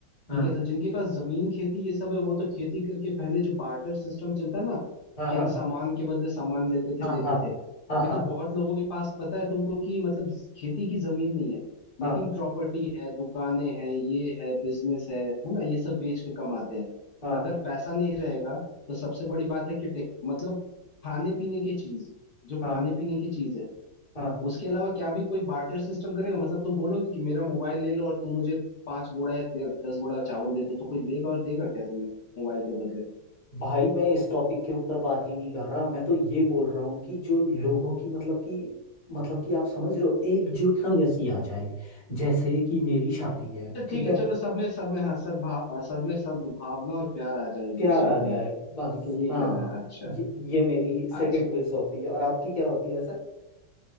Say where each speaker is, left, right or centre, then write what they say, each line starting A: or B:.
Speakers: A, on the left; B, on the left.
A: हाँ
B: ठीक है तो जिनके पास जमीन खेती ये सब है वो तो खेती करके पहले जो बार्टर सिस्टम चलता ना
A: हाँ
B: कि
A: हाँ
B: हम सामान के बदले सामान लेते थे
A: हाँ
B: देते
A: हाँ
B: थे
A: हाँ
B: अभी
A: हाँ
B: तो बहुत लोगों के पास पता है तुमको कि मतलब खेती की जमीन नहीं है
A: हाँ
B: लेकिन प्रॉपर्टी है दुकानें हैं ये है बिजनेस है है ना ये सब बेच के कमाते हैं
A: हाँ
B: अगर पैसा नहीं रहेगा तो सबसे बड़ी बात है कि टेक- मतलब खाने पीने की चीज जो
A: हाँ
B: खाने पीने की चीज है
A: हाँ
B: उसके अलावा क्या भी कोई बार्टर सिस्टम करेगा मतलब तुम बोलोगे कि मेरा मोबाइल ले लो और तुम मुझे पांच बोरा या दे- दस बोरा चावल दे दो तो कोई लेगा और देगा क्या तुम्हें मोबाइल के बदले
A: भाई मैं इस टॉपिक के ऊपर बात ही नहीं कर रहा मैं तो ये बोल रहा हूँ कि जो लोगों की मतलब कि मतलब कि आप समझ रहे हो एकजुटता जैसी आ जाए जैसे कि मेरी शादी है
B: तो
A: ठीक
B: ठीक है
A: है
B: चलो सब में सब में हाँ सद्भाव सब में सद्भावना और प्यार आ जाए एक
A: प्यार
B: दूसरे
A: आ
B: के लिए
A: जाए
B: ठीक
A: बस
B: है यही
A: हाँ
B: कहना
A: हाँ
B: है अच्छा
A: ये ये मेरी सेकंड
B: अच्छा
A: विश होती है और आपकी क्या होती है सर